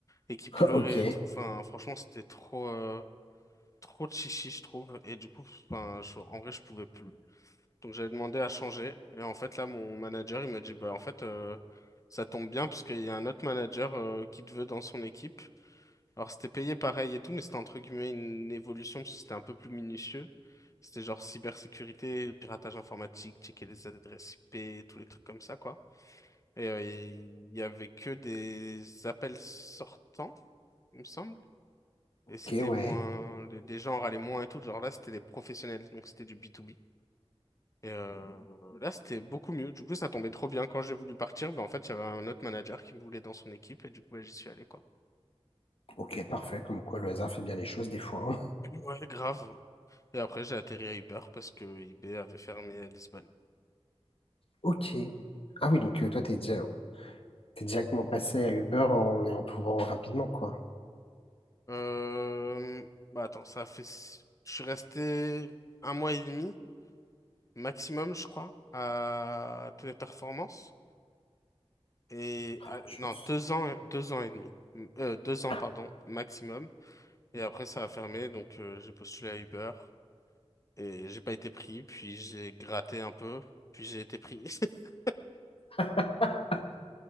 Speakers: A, on the left (about 30°); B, on the left (about 60°).
A: et qui pleurait
B: Ok,
A: et tout. Enfin, franchement, c'était trop, euh, trop de chichi, je trouve. Et du coup, enfin, je- en vrai, je pouvais plus. Donc, j'avais demandé à changer. Et en fait, là, mon manager, il m'a dit, bah, en fait, euh, ça tombe bien parce qu'il y a un autre manager, euh, qui te veut dans son équipe. Alors, c'était payé pareil et tout, mais c'était entre guillemets une évolution parce que c'était un peu plus minutieux. C'était genre cybersécurité, piratage informatique, checker les adresses IP, tous les trucs comme ça, quoi. Et euh, il y avait que des appels sortants, il me semble.
B: ok,
A: Et c'était
B: ouais.
A: moins, les, les gens râlaient moins et tout. Genre là, c'était des professionnels, donc c'était du B2B. Et euh, là, c'était beaucoup mieux. Du coup, ça tombait trop bien. Quand j'ai voulu partir, ben, en fait, il y avait un autre manager qui me voulait dans son équipe et du coup, ben, j'y suis allé, quoi.
B: Ok, parfait, comme quoi le hasard fait bien les choses des fois. hein.
A: Ouais, grave. Et après, j'ai atterri à Uber parce que eBay avait fermé à Lisbonne.
B: Ok. Ah oui, donc euh, toi, t'es déjà, t'es directement passé à Uber en ayant trouvé rapidement, quoi.
A: Euh, bah attends, ça fait, s- je suis resté un mois et demi maximum, je crois, à Téléperformance. Et
B: La
A: à-
B: chance.
A: non, deux ans, deux ans et demi, Euh, deux ans,
B: Ah,
A: pardon, maximum. Et après, ça a fermé, donc euh, j'ai postulé à Uber et j'ai pas été pris. Puis j'ai gratté un peu, puis j'ai été pris. <laughs>
B: <laughs>